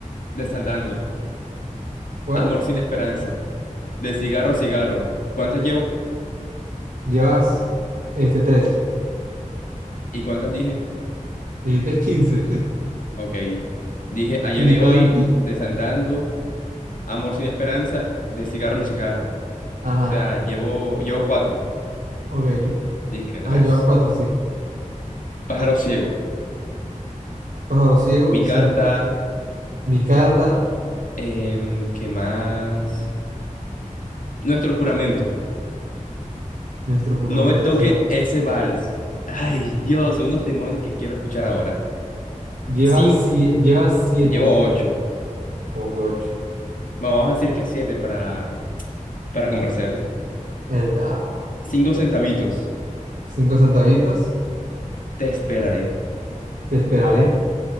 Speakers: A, on the left (about 75°); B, on the right (about 80°).
A: Desandando.
B: ¿Cuál?
A: Amor sin esperanza. De cigarro a cigarro. ¿Cuántas llevo?
B: Llevas este tres
A: ¿Y cuántas dije?
B: Dijiste quince <laughs>
A: Ok. Dije ayer
B: Flipandín.
A: y hoy, desandando, amor sin esperanza, de cigarro en cigarro. O
B: Ajá,
A: sea, llevo, llevo cuatro,
B: ok.
A: disque tres.
B: Ah, llevas 4 sí.
A: Pájaro ciego,
B: Pájaro ciego,
A: mi
B: cinco
A: carta,
B: Mi carta,
A: em, ¿qué más? Nuestro juramento.
B: nuestro juramento,
A: No me toquen
B: esa la.
A: ese vals. Ay, Dios, son unos demonios que quiero escuchar ahora.
B: Llevas
A: Cinco,
B: 7, llevas siete
A: llevo ocho.
B: como que ocho
A: Bueno, vamos a decir que a siete para, para complacerte.
B: ¿Verdad?
A: Cinco centavitos.
B: cinco centavitos,
A: Te esperaré.
B: te esperaré.